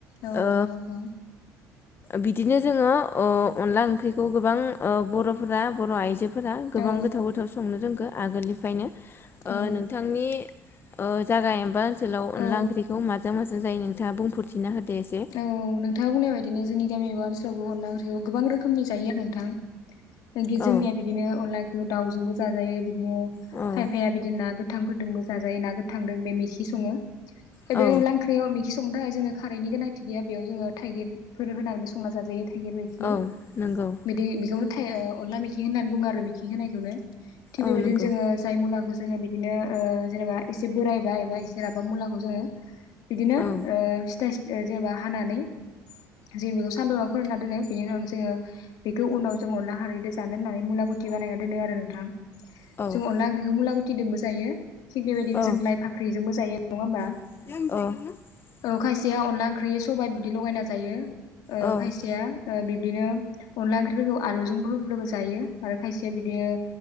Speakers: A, on the left; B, on the left.
A: औ
B: ओ
A: नंगौ रं
B: बिदिनो जोङो ओ अनला ओंख्रिखौ गोबां बर'फोरा बर' आइजो, फोर गोबां
A: औ
B: गोथाव गोथाव संनो रोंगो आगोलनिफ्रायनो
A: औ
B: नोंथांनि, ओ जागा एमबा ओनसोलाव अनला
A: औ
B: ओंख्रिखौ माजों मोजां जायो नोंथाङा बुंफोरथिना होदो, एसे
A: औ नोंथाङा बुंनाय बायदिनो जोंनि गामि एब ओनसोल अनला ओंख्रिखौ गोबां रोखोमनि जायो आरो नोंथां
B: औ
A: जोंनिया बिदिनो अनला ओंख्रिखौ दावजोंबो, जाजायो बिदिनो
B: औ
A: खायफाया बिदिनो ना गोथांफोरदोंबो जाजायो ना गोथांदों बे मेखि सङो,
B: औ
A: बे अनला ओंख्रियाव मेखि संनो थाखाय जोंङो खारैनि गोनांथि गैया बेयाव जोङो थाइगिरफोर होनानैबो संना जाजायो थाइगिर मोखि
B: औ नंगौ
A: बिदि बेखौनो थायोओ अनला मोखि होननानै बुङो आरो मिखि होनायखौनो थिग
B: औ
A: बेबायदिनो
B: नंगौ
A: जोङो जाय मुलाखौ जोङो बिदिनो ओ जेनेबा एसे बोरायबाय एबा एसे राबा मुलाखौ जोङो, बिदिनो
B: औ
A: ओ सिथा सि जेनेबा हानानै, जों बेखौ सानदुंवाव फोरानना दोनो बेनि उनावनो जोङो बेखौ उनाव जोङो अनला खारैदो जानो होन्नानै मुलाखो खि बानायना दोनो आरो नोंथां,
B: औ
A: जों अनला ओंख्रिखौ मुलागुथिजोंबो जायो थिग बेबायदिनो
B: औ
A: जों लाइ फाख्रिजोंबो जायो नङा होनबा,
B: <inaudible>
A: खायसेया अनला ओंख्रि सबाय बिदि लगायना जायो ओ
B: औ
A: खायसेया ओ बि बिदिनो अनला ओंख्रिफोरखौ आलुजोंफोरखौबो जायो आरो खायसेया बिदियो,